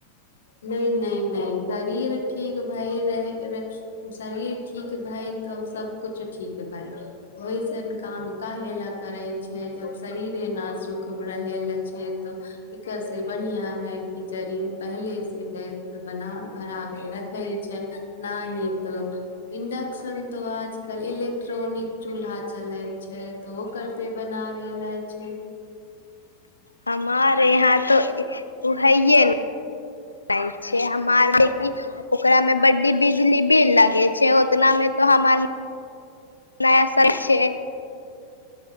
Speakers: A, on the left; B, on the left.
A: नहि नहि न न शरीर ठीक भाय रह शरीर ठीक भाय तऽ सब कुछ ठीक भाय ओहिसन काम काहे ले करे छै जब शरीर एना सुख रह ले छै तो एकर से बढ़िया है कि जड़ी पहिलेसँ गैस प बना भरा कऽ रखै छै न ही तो इंडक्शन तो आजकल इलेक्ट्रॉनिक चूल्हा चलै छै तऽ ओकर पे बनाबे लइ छै
B: हमारे ईहाँ त ओहे ने छै ार ओकरामे बड्डी बिजली बिल लगे छै ओतना मे तो हमार नय छै